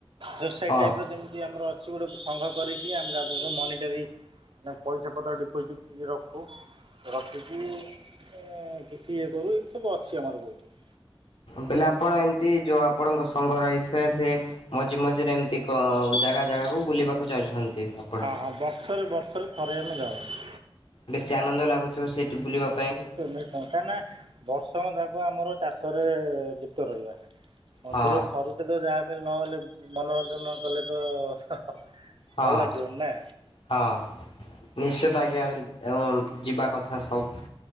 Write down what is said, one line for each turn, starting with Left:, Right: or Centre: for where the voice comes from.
Right: ରୋସାଇ୍
Left: ହଁ
Right: ଟାଇପ୍ ଯେମିତି ଆମର ଅ କିଛି ଗୋଟେ ସଂଘ୍ର କରିକି ଆମେ ତା ମନିଟରି ମାନେ ପଇସା ପତ୍ର ଡିପୋଜିଟ୍ ଇଏ ରଖୁ ରଖିକି- କିଛି ଏ କରୁ ଏ ସବୁ ଅଛି ଆମର ବହୁତ।
Left: ବୋଇଲେ ଆପଣ ଏମିତି ଯୋଉ ଆପଣଙ୍କ ସଙ୍ଗ ରହି ସେ ସେ ମଝି ମଝିରେ ଏମିତି ଜାଗା ଜାଗାକୁ ବୁଲିବାକୁ ଯାଉଛନ୍ତି ଆପଣ।
Right: ଆଉ ବର୍ଷରେ ବର୍ଷରେ? କାର୍ ରେ ଆମେ ଯାଉ।
Left: ବେଶୀ ଆନନ୍ଦ ଲାଗୁଥିବ ସେଇଠି ବୁଲିବାକୁ।
Right: ନିଶ୍ଚୟ ନିଶ୍ଚୟ କାହିଁକିନା ବର୍ଷ ଯାକ ଆମର ଚାଷରେ ଲିପ୍ତ ରହିବା। ମଝିରେ
Left: ହଁ
Right: ଥରୁ ଟେ ତ ଯାହା ପାଇଁ ନହଲେ ମନୋରଞ୍ଜନ ନ କଲେ ତ
Left: ହଁ।
Right: ଭଲ ଲାଗିବ ବନି ନା।
Left: ହଁ ନିଶ୍ଚିତ ଆଜ୍ଞା ଯିବା କଥା ସବ୍।